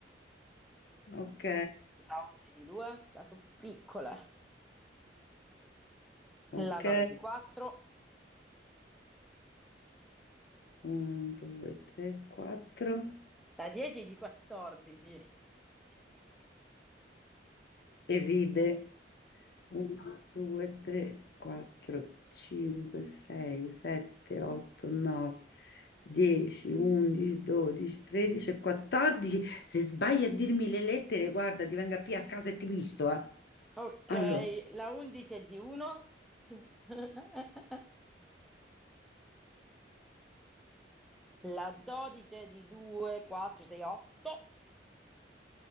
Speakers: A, on the left; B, in the centre.
A: Ok,
B: la 8 è di 2, la sono piccole.
A: ok.
B: La 9 è di 4,
A: Un, due, tre, quattro.
B: la 10 è di 14. <laughs>
A: E ride. Uno, due, tre, quattro, cinque, sei, sette, otto, nove, dieci, undici, dodici, tredici e quattordici. Se sbagli a dirmi le lettere, guarda, ti venga qui a casa e ti visto, eh.
B: Ok,
A: Allora,
B: la 11 è di 1, <laughs> la 12 è di 2, 4, 6, 8,